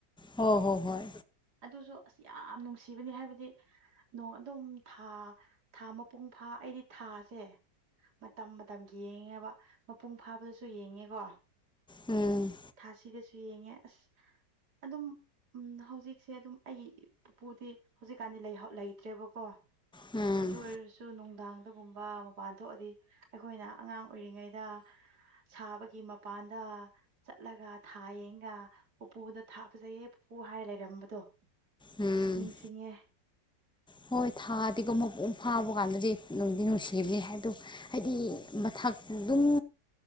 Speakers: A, in the centre; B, on the right.
A: ꯍꯣ ꯍꯣ ꯍꯣꯏ꯫
B: ꯑꯗꯨꯁꯨ ꯑꯁ ꯌꯥꯝ ꯅꯨꯡꯁꯤꯕꯅꯤ ꯍꯥꯏꯕꯗꯤ꯫ ꯅꯣꯡ ꯑꯗꯨꯝ ꯊꯥ ꯊꯥ ꯃꯄꯨꯡ ꯐꯥ ꯑꯩꯗꯤ ꯊꯥꯁꯦ꯫ ꯃꯇꯝ ꯃꯇꯝꯒꯤ ꯌꯦꯡꯉꯦꯕ ꯃꯄꯨꯡ ꯐꯥꯕꯗꯁꯨ ꯌꯦꯡꯉꯦꯀꯣ꯫
A: ꯎꯝ
B: ꯊꯥꯁꯤꯗꯁꯨ ꯌꯦꯡꯉꯦ ꯑꯁ ꯑꯗꯨꯝ ꯎꯝ ꯍꯧꯖꯤꯛ꯫ ꯁꯦ ꯑꯗꯨꯝ ꯑꯩꯒꯤ ꯄꯨꯄꯨꯗꯤ ꯍꯧꯖꯤꯛꯀꯥꯟꯗꯤ ꯂꯩꯇ꯭ꯔꯦꯕꯀꯣ꯫
A: ꯎꯝ
B: ꯑꯗꯨ ꯑꯣꯏꯔꯁꯨ ꯅꯨꯡꯗꯥꯡꯗꯒꯨꯝꯕ ꯃꯄꯥꯟ ꯊꯣꯛꯑꯗꯤ꯫ ꯑꯩꯈꯣꯏꯅ ꯑꯉꯥꯡ ꯑꯣꯏꯔꯤꯉꯩꯗ ꯁꯥꯕꯒꯤ ꯃꯄꯥꯟꯗ꯫ ꯆꯠꯂꯒ ꯊꯥ ꯌꯦꯡꯒ ꯄꯨꯄꯨꯗ ꯊꯥ ꯐꯖꯩꯌꯦ ꯄꯨꯄꯨ ꯍꯥꯏꯔ ꯂꯩꯔꯝꯕ ꯗꯣ
A: ꯎꯝ
B: ꯑꯁ ꯅꯤꯡꯁꯤꯡꯉꯦ꯫
A: ꯍꯣꯏ ꯊꯥꯗꯤꯒ ꯃꯄꯨꯡ ꯐꯥꯕ ꯀꯥꯟꯗꯗꯤ ꯅꯨꯡꯗꯤ ꯅꯨꯡꯁꯤꯕꯅꯤ ꯍꯥꯏꯗꯨ꯫ ꯍꯥꯏꯗꯤ ꯃꯊꯥꯛ ꯑꯗꯨꯝ